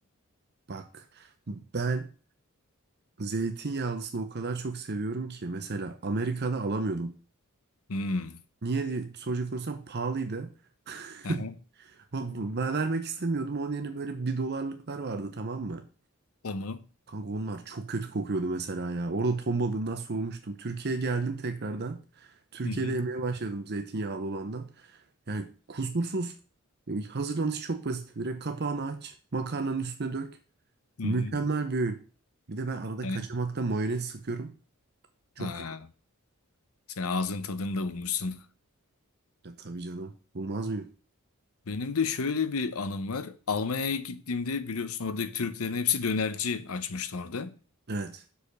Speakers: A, on the right; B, on the left.
A: Bak ben zeytinyağlısını o kadar çok seviyorum ki. Mesela Amerika'da alamıyordum.
B: Hmm.
A: Niye diye soracak olursam pahalıydı. <laughs>
B: Aha.
A: Ama bu- Ben vermek istemiyordum. Onun yerine böyle bir dolarlıklar vardı tamam mı?
B: Tamam.
A: Kanka onlar çok kötü kokuyordu mesela ya. Orada ton balığından soğumuştum. Türkiye'ye geldim tekrardan. Türkiye'de
B: Hı hı.
A: yemeye başladım zeytinyağlı olandan. Yani kusursuz. E, Hazırlanışı çok basit. Direkt kapağını aç. Makarnanın üstüne dök.
B: Hı
A: Mükemmel
B: hı.
A: bir öğün. Bir de ben arada
B: Yani
A: kaçamakta mayonez sıkıyorum. Çok
B: ha.
A: iyi.
B: Sen ağzın tadını da bulmuşsun.
A: Ya tabii canım. Bulmaz mıyım?
B: Benim de şöyle bir anım var. Almanya'ya gittiğimde biliyorsun oradaki Türklerin hepsi dönerci açmıştı orada.
A: Evet.